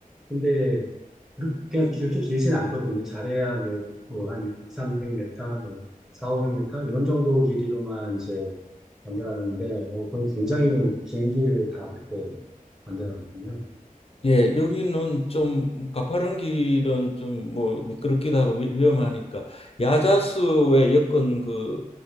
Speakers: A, in the centre; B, on the left.
A: 근데 그렇게, 그렇게 길진 않거든요. 잘해야 뭐, 뭐 한삼0 0 m 뭐 400m 이런 정도 길이로만 이제 만들어놨는데 어, 그건 굉장히 긴 길을 다 그렇게 만들어놨군요.
B: 예, 여기는 좀 가파른 길은 좀 뭐 미끄럽기도 하고 위, 위험하니까 야자수의 여건 그